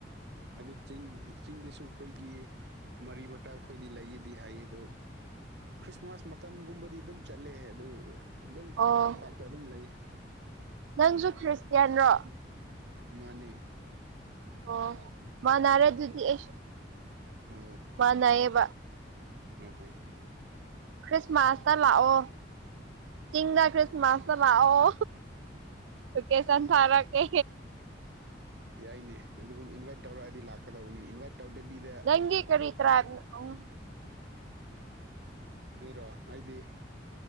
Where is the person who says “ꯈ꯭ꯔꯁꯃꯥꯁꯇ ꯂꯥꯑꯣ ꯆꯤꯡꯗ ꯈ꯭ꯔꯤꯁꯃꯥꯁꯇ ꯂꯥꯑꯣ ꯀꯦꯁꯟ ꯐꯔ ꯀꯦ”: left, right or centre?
Right